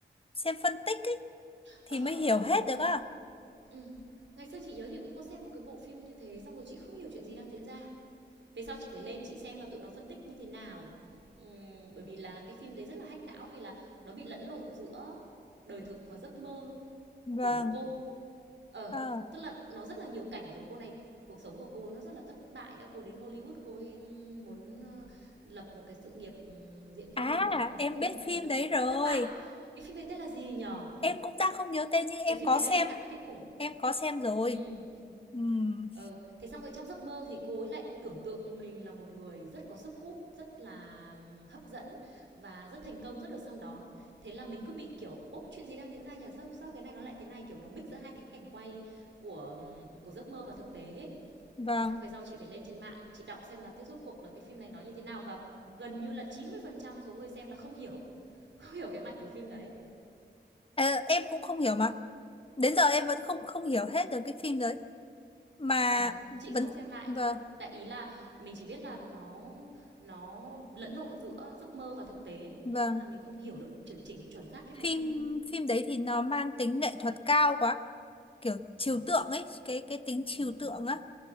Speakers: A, on the left (about 30°); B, on the right (about 85°).
A: xem phân tích ấy,
B: Ờ,
A: thì mới hiểu
B: ờ,
A: hết
B: ờ, đúng
A: được
B: rồi.
A: á
B: Ừm. Ngày xưa chị nhớ chị cũng có xem một cái bộ phim như thế, xong rồi chị không hiểu chuyện gì đang diễn ra. Về sau chị phải lên chị xem là tụi nó phân tích như thế nào. Ừm, bởi vì là cái phim đấy rất là hack não vì là nó bị lẫn lộn giữa đời thực và giấc mơ
A: vâng
B: của một cô. Ờ,
A: ờ
B: tức là nó rất là nhiều cảnh, kiểu, cô này cuộc sống của cô ấy nó rất là thất bại á, cô đến Hollywood cô ấy ừm, muốn, ơ, lập một cái sự nghiệp, ừm, diễn viên
A: à
B: đình đám
A: em
B: nhưng
A: biết
B: mà
A: phim
B: cô rất
A: đấy
B: là
A: rồi
B: thất bại. Cái phim này tên là gì nhở?
A: em cũng đang không nhớ tên nhưng em
B: cái phim
A: có
B: đấy
A: xem
B: hack não kinh khủng
A: em có xem rồi
B: ừ
A: ừm
B: ờ thế xong rồi trong giấc mơ thì cô ấy lại tưởng tượng mình là một người rất có sức hút rất là hấp dẫn và rất thành công rất được săn đón thế là mình cứ bị kiểu ố chuyện gì đang diễn ra nhỉ sao sao cái này nó lại thế này kiểu nó mix giữa hai cái cảnh quay của của giấc mơ và thực tế ấy.
A: Vâng,
B: thế xong về sau chị phải lên trên mạng chị đọc xem là thế rốt cuộc là cái phim này nói như thế nào và gần như là 90% số người xem là không hiểu <laughs> không hiểu cái mạch của phim đấy
A: Ờ, em cũng không hiểu mà. Đến giờ em vẫn không không hiểu hết được cái phim đấy. Mà
B: Ừm,
A: vẫn
B: chị cũng không xem lại
A: vâng,
B: nhưng mà đại ý là mình chỉ biết là nó nó lẫn lộn giữa giấc mơ và thực tế,
A: vâng,
B: nên là mình không hiểu được chuẩn chỉnh chuẩn xác cái mạch
A: phim
B: phim.
A: phim đấy thì nó mang tính nghệ thuật cao quá, kiểu trừu
B: Ừm,
A: tượng ấy, cái cái tính trừu
B: ừm, ừm.
A: tượng á